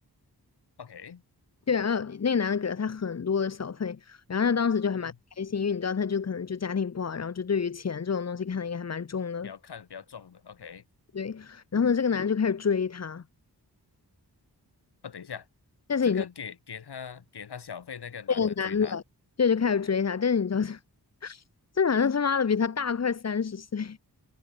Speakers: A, on the left (about 75°); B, on the left (about 40°).
A: ，OK，
B: 对，然后那个男的给了他很多的小费，然后他当时就还蛮开心，
A: 嗯哼，
B: 因为你知道，他就可能就家庭不好，然后就对于钱这种东西看的应该还蛮重的，
A: 不要看不要撞的，OK，
B: 对。然后呢，这个男的就开始追她，
A: 啊，等一下，
B: 但是你知道，
A: 这个给给他给他小费那个男的追他，
B: 这个男的对就开始追她，但是你知道，这 <laughs> 这男的他妈的比她大快三十岁，